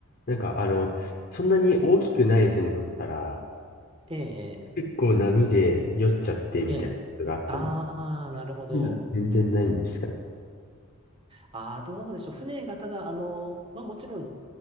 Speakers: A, on the left; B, on the right.
A: なんかあの、そんなに大きくない船乗ったら、
B: ええ、
A: 結構波で酔っちゃってみたいなことがあったの。
B: ええ、ああ、
A: そ
B: なるほど。
A: ういうの全然ないんですかね。
B: ああ、どうでしょう。船がただ、あの、まあもちろん